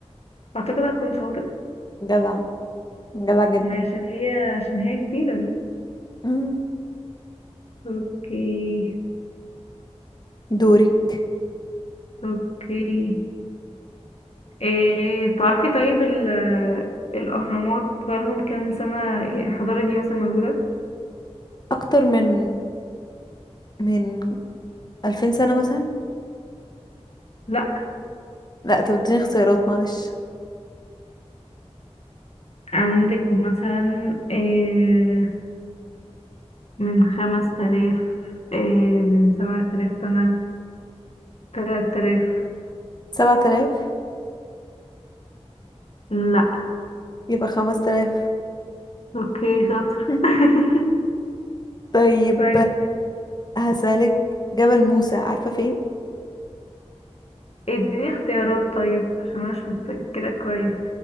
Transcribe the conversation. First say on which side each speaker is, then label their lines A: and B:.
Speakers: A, on the left; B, on the left.
A: أعتقد هتكون شواطئ
B: جدع جدع جدا
A: ما عشان هي عشان هي كبيرة
B: مم.
A: أوكي
B: دورك
A: أوكي إيه تعرفي طيب ال- الأهرامات بقالهم كام سنة يعني الحضارة دي مثلا موجودة؟
B: اكتر من من الفين سنة مثلا
A: لأ
B: لا طب اديني اختيارات معلش
A: عندك مثلا إيه من خمس تلاف إيه من سبعة تلاف سنة تلات تلاف
B: سبعة آلاف
A: لأ
B: يبقى خمس آلاف
A: أوكي شاطر
B: <laughs>
A: <laughs>
B: طيب
A: كويس
B: هسألك جبل موسى عارفة فين
A: اديني اختيارات طيب عشان انا مش متذكرة كويس